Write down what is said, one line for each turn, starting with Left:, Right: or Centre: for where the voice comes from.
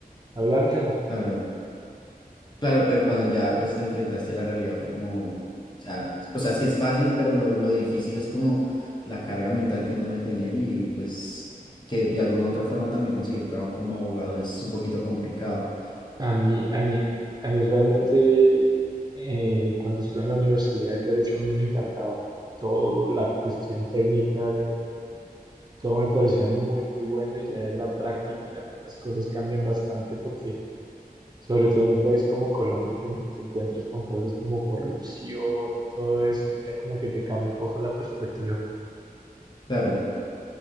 Right: hablar mierda.
Left: Claro. Claro, pero cuando ya pues te enfrentaste a la realidad fue como, o sea, o sea, sí es fácil, pero lo, lo difícil es como la carga mental que uno debe tener y pues que de alguna u otra forma también conseguir trabajo como abogado es un poquito complicado.
Right: A mí, a mí, a mí realmente, eh, cuando estuve en la universidad, el derecho a mí me encantaba. Toda la cuestión técnica, eh, todo me parecía muy, muy bueno y ya en la práctica las cosas cambian bastante porque, sobre todo en un país como Colombia, te, en- te encuentras con cosas como corrupción y todo eso y ya como que te cambia un poco la perspectiva.
Left: Claro.